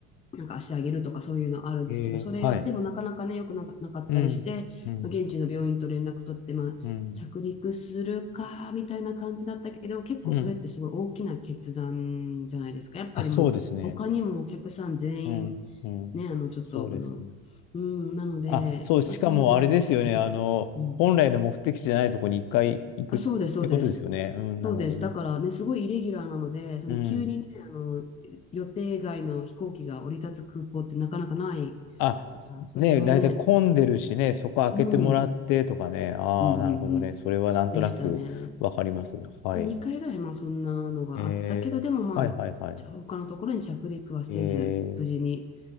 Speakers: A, on the left; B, on the left.
A: なんか足上げるとかそういうのあるんですけど、
B: へえ。
A: それやってもなかなかね、
B: はい。
A: よくなかなかったりして、
B: うん。うん。
A: まあ、現地の病院と連絡取って、まあ、
B: うん。
A: 着陸するか、みたいな感じだったけど、結構それってすごい大きな決断じゃないですか。
B: うん。
A: やっぱりもう、
B: あ、そうですね。
A: 他にもお客さん全員、
B: うん。うん。
A: ね、あの、ちょっと、
B: そうですね。
A: あの、うん、なので、
B: あ、そう、しかもあれですよね。
A: まあ、それはならなかったけど、
B: あの、
A: うん。
B: 本来の目的地じゃないところに一回行くってことですよね。
A: あ、そうです、そうです。
B: うん、
A: そうです。
B: なるほどね。
A: だからね、すごいイレギュラーなので、その急にね、
B: うん。
A: あの、予定外の飛行機が降り立つ空港ってなかなかないから、
B: あ、
A: それはね、
B: ね、だいたい混んでるしね、そこ開けてもらってとかね。
A: うん、うん
B: ああ、
A: うんう
B: なるほどね。
A: ん
B: それはなんとなくわかります。
A: でしたね。
B: はい。
A: 2回ぐらいまあそんなのがあったけど、
B: えー、
A: でもまあ、
B: はいはいはい。
A: ち他のところに着陸はせず、
B: えー、
A: 無事に